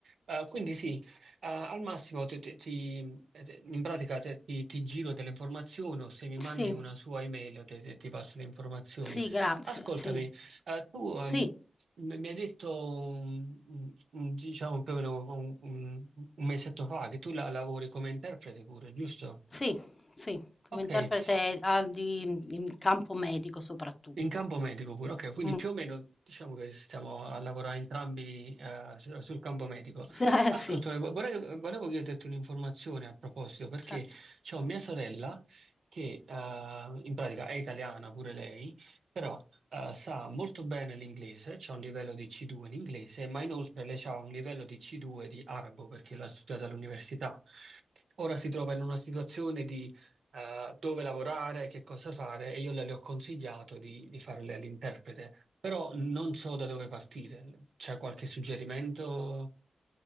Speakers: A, on the right; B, on the left.
A: Eh, quindi sì, eh, al massimo te- te- ti- eh, te- in pratica te- ti, ti giro delle informazioni o se mi mandi
B: Sì,
A: una sua email te- te- ti passo le informazioni.
B: sì, grazie,
A: Ascoltami.
B: sì.
A: Eh, tu ehm,
B: Sì.
A: mi mi hai detto un- un- un- diciamo più o meno un, un- un mesetto fa che tu la lavori come interprete pure, giusto?
B: Sì, sì, come
A: Ok,
B: interprete, ah, di mhmm, in campo medico soprattutto.
A: In campo medico pure, ok, quindi
B: Mh.
A: più o meno diciamo che stiamo a lavorare entrambi eh, su- sul campo medico.
B: <laughs> S eh
A: Ascolta,
B: sì,
A: eh, vo- vorrei- volevo chiederti un'informazione a proposito, perché
B: certo.
A: c'ho mia sorella che eh, in pratica è italiana pure lei, però eh, sa molto bene l'inglese, c'ha un livello di C2 in inglese, ma inoltre lei ha un livello di C2 di arabo perché l'ha studiato all'università. Ora si trova in una situazione di eh, dove lavorare, che cosa fare, e io le, le ho consigliato di, di fare le- l'interprete, però non so da dove partire. C'è qualche suggerimento,